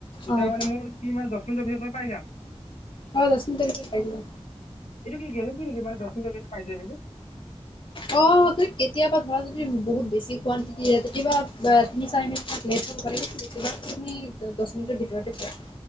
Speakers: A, on the left; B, on the left.
A: তেতিয়া
B: অ'।
A: মানে মোৰ কি ম দ মিনিটৰ পাই যাম।
B: অ দহ মিনিটৰ ভিতৰত পাই যাবা
A: এটো কি গেৰেণ্টি নেকি মাৰ পে <inaudible>
B: অ' কেতিয়াবা ধৰা যদি বহুত বেছি কণ্টিটিতিয়াবা তিনি চাৰ মি লেট তুমি দহ মিনিটৰ ভিতৰতে পোৱা।